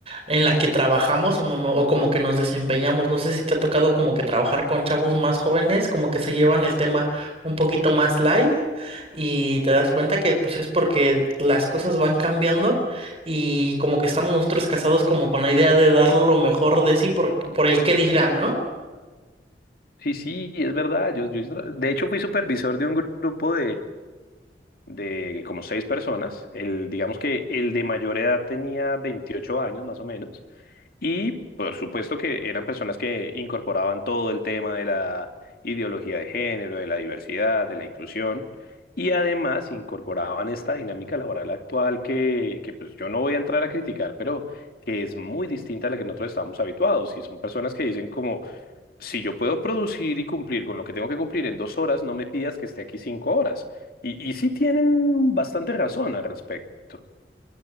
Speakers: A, on the right; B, on the left.
A: en la que trabajamos o, mono- o como que nos desempeñamos. No sé si te ha tocado como que trabajar con chavos más jóvenes, como que se llevan el tema un poquito más light y te das cuenta que pues es porque las cosas van cambiando y como que estamos nosotros casados como con la idea de dar lo mejor de sí por, por el qué dirán, ¿no?
B: Sí, sí, es verdad. Yo, yo, de hecho, fui supervisor de un grupo de como seis personas. El, digamos que el de mayor edad tenía 28 años más o menos. Y por supuesto que eran personas que incorporaban todo el tema de la ideología de género, de la diversidad, de la inclusión. Y además incorporaban esta dinámica laboral actual que, que pues yo no voy a entrar a criticar, pero que es muy distinta a la que nosotros estamos habituados. Y son personas que dicen como, si yo puedo producir y cumplir con lo que tengo que cumplir en dos horas, no me pidas que esté aquí cinco horas. Y, y sí tienen bastante razón al respecto.